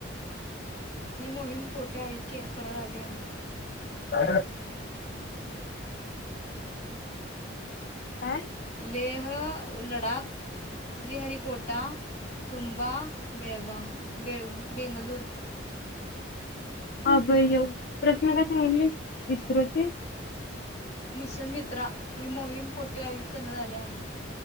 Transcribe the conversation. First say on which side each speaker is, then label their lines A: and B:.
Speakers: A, on the left; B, on the left.
A: ही मोहीम कोठे आयोजित करण्यात आली आहे.
B: हा <unintelligible> काय.
A: लेह लडाख. श्री हरी कोटा तुंबा बेळगाव. बे बेंगलूर.
B: अभय येऊ प्रश्न काय सांगितले इस्रोचे.
A: मिशन मित्रा ही मोहीम कोठे आयोजित करण्यात आली आहे.